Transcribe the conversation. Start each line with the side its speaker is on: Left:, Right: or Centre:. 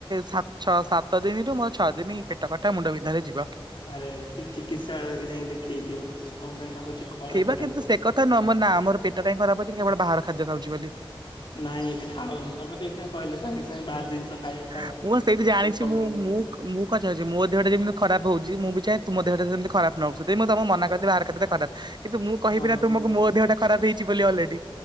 Right: ସାତ ଛଅ ସାତ ଦିନରୁୁ ମୋର ଛଅ ଦିନି ପେଟ କଟା ମୁଣ୍ଡ ବିନ୍ଧାରେ ଯିବ।
Left: ଆରେ ଆରେ ଟିକେ ଚିକିତ୍ସାଳୟ ରେ ଯାଇକି ଦେଖେଇ ଦିଅ କଣ ପାଇଁ ଏଇଟା ହଉଛି ଖରାପ
Right: ନା କିନ୍ତୁ ସେ କଥା ନୁହଁ ମୋ ନା ମୋର ପେଟ କାହିଁ ଖରାପ ହୋଉଛି ମୁ କେବଳ ବାହାର ଖାଦ୍ୟ ଖାଉଛି ବୋଲି।
Left: ନାଇଁ ଏତେ ଖାଉନି ତମେ ତ ଏଇଖିଣା କହିଲ ସାଙ୍ଗେ ସାଙ୍ଗେ ବାହାର ଜିନିଷ ଖାଇବା
Right: ମୁଁ
Left: ଖରାପ୍।
Right: ବା ସେଇଠି ଜାଣିଛି
Left: ତମେ କମେଇ
Right: ମୁଁ
Left: ଦିଅ।
Right: ମୁଁ ମୁଁ କଣ ଚାହୁଁଛି ମୋ ଦେହଟା ଯେମିତି ଖରାପ ହଉଛି ମୁଁ ବି ଚାହଁ ତମ ଦେହଟା ଯେମିତି ଖରାପ୍ ନ ହୋଉ ସେଥି ପାଇଁ ମୁଁ ତମ ମନା କରିଛି ବାହାର ଖାଦ୍ୟ ଖରାପ କିନ୍ତୁ ମୁଁ କହିବି
Left: ହଁ
Right: ନା ତୁମକୁ ମୋ ଦେହଟା ଖରାପ ହେଇଛି ବୋଲି ଆଲେଡୀ।